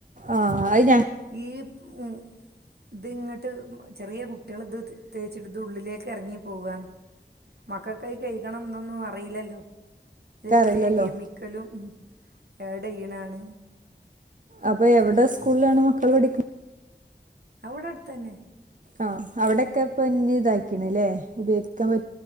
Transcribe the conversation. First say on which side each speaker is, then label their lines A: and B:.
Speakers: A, on the right (about 45°); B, on the right (about 60°).
A: ആഹ് അയ് ഞ
B: ലീപ് ഉം ഇത് ഇങ്ങട്ട് ചെറിയ കുട്ട്യേള് ഇത് തേച്ചിട്ട് ഇത് ഉള്ളിലേക്ക് എറങ്ങി പോകാ മക്കക്ക് അത് കെയ്കണം എന്നൊന്നും അറിയില്ലല്ലോ ഇത് പലേ
A: അറിയില്ലല്ലോ
B: കെമിക്കലും ആഡ് ചെയ്യുന്നതാണ്.
A: അപ്പ എവിടെ സ്കൂളിലാണ് മക്കൾ പഠിക്കുന്നത്
B: അത് ഇവിടെ അടുത്തന്നെ
A: ആഹ് അവിടൊക്കെ ഇപ്പൊ <unintelligible> ഇതായിക്കണ് ല്ലേ ഉപയോഗിക്കാൻ പറ്റ്